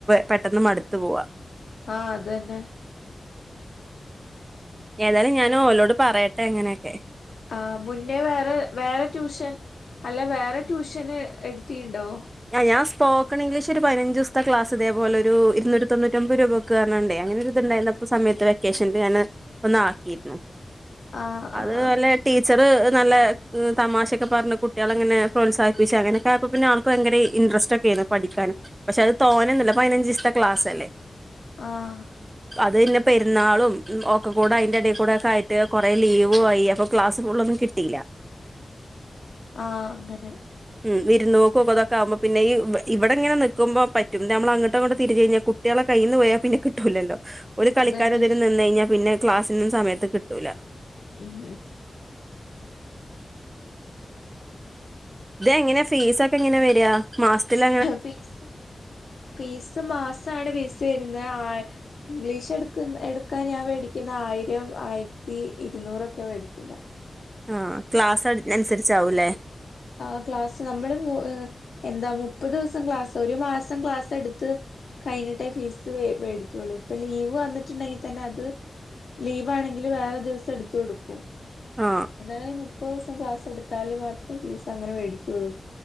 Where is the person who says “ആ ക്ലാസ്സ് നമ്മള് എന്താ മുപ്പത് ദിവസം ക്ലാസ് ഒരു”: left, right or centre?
Left